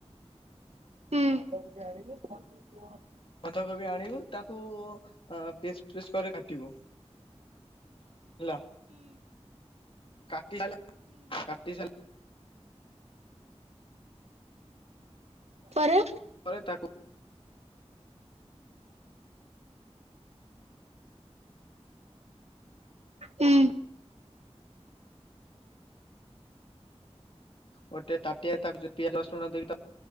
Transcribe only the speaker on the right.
ହଁ।
ପରେ
ହଁ।